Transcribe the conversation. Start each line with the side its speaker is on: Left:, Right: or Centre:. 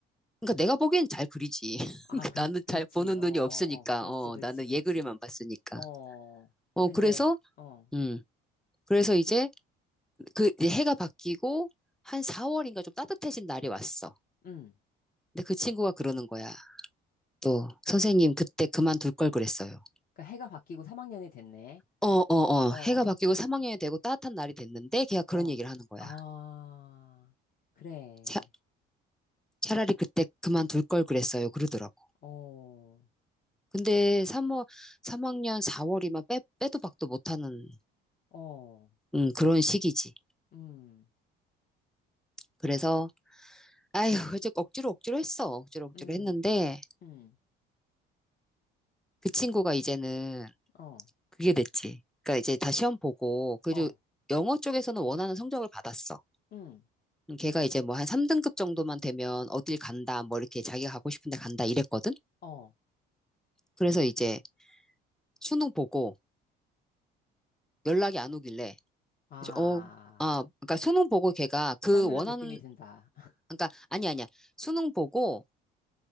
Centre: 그러니까 내가 보기엔 잘 그리지. <laughs> 그러니까
Left: 아, 그렇지,
Centre: 나는
Left: 그렇지.
Centre: 잘 보는
Left: 어,
Centre: 눈이
Left: 어,
Centre: 없으니까.
Left: 어, 그렇지,
Centre: 어,
Left: 그렇지,
Centre: 나는
Left: 그렇지.
Centre: 얘 그림만 봤으니까.
Left: 어,
Centre: 어,
Left: 근데,
Centre: 그래서
Left: 어,
Centre: 음. 그래서 이제 그 이제 해가 바뀌고 한 4월인가 좀 따뜻해진 날이 왔어.
Left: 응.
Centre: 근데 그 친구가 그러는 거야. 또 선생님 그때 그만둘 걸 그랬어요.
Left: 그러니까 해가 바뀌고 3학년이 됐네.
Centre: 어, 어, 어.
Left: 어,
Centre: 해가 바뀌고 3학년이 되고 따뜻한 날이 됐는데 걔가 그런
Left: 어,
Centre: 얘기를 하는 거야.
Left: 아, 그래.
Centre: 차, 차라리 그때 그만둘 걸 그랬어요. 그러더라고.
Left: 어,
Centre: 근데 3월, 학년 4월이면 빼, 빼도 박도 못하는
Left: 어,
Centre: 음, 그런 시기지.
Left: 음,
Centre: 그래서 아휴, 이제 억지로 억지로 했어. 억지로 억지로
Left: 음,
Centre: 했는데
Left: 음,
Centre: 그 친구가 이제는
Left: 어,
Centre: 그게 됐지. 그러니까 이제 다 시험 보고, 그래도
Left: 어,
Centre: 영어 쪽에서는 원하는 성적을 받았어.
Left: 음,
Centre: 음, 걔가 이제 뭐 한 3등급 정도만 되면 어딜 간다, 뭐 이렇게 자기가 가고 싶은데 간다 이랬거든?
Left: 어.
Centre: 그래서 이제 수능 보고 연락이 안 오길래,
Left: 아,
Centre: 그래서 어, 아, 그러니까 수능 보고 걔가 그
Left: 싸늘한
Centre: 원하는,
Left: 느낌이 든다. <laughs>
Centre: 그러니까 아니 아니야. 수능 보고,